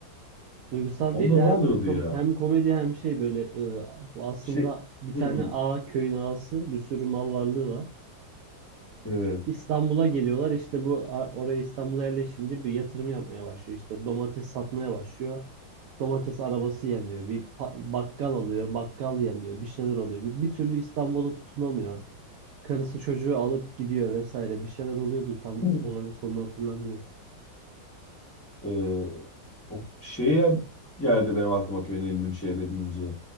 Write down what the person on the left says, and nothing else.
Onda
ne
oluyordu
ya?
Şey
hı.
hı.
Evet.
<clears throat>
Hı. Ee, o şeye geldi benim aklıma köyün elindim şehre deyince.